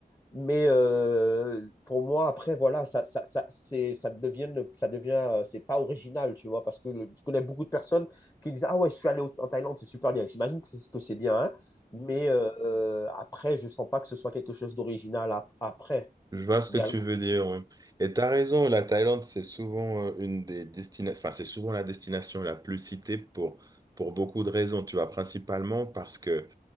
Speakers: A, on the left (about 20°); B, on the right (about 25°).
A: Mais euh, pour moi, après, voilà, ça, ça, ça, c'est, ça devient, le- ça devient, euh, c'est pas original, tu vois, parce que le- je connais beaucoup de personnes qui disent, Ah ouais, je suis allé au- en Thaïlande, c'est super bien. J'imagine que c'est que c'est bien, hein, mais euh, euh, après, je sens pas que ce soit quelque chose d'original ap- après,
B: Je vois ce
A: également.
B: que tu veux dire. oui. Et tu as raison, la Thaïlande, c'est souvent euh, une des destinations, enfin, c'est souvent la destination la plus citée pour, pour beaucoup de raisons, tu vois, principalement parce que,